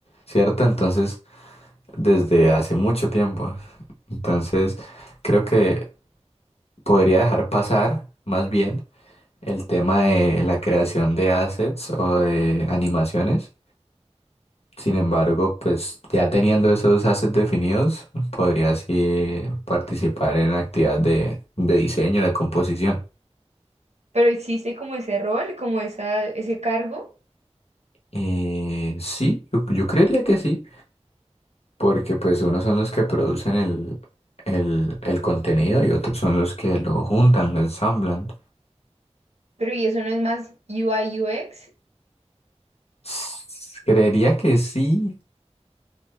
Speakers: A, on the left; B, on the right.
A: ¿cierto? Entonces, desde hace mucho tiempo. Entonces, creo que podría dejar pasar más bien el tema de la creación de assets o de animaciones. Sin embargo, pues ya teniendo esos assets definidos, podría así participar en actividades de, de diseño, de composición.
B: Pero existe como ese rol, como esa, ese cargo,
A: Eh, sí, yo, yo creería que sí, porque pues unos son los que producen el, el, el contenido y otros son los que lo juntan, lo ensamblan.
B: pero y eso no es más UI UX,
A: S- Creería que sí,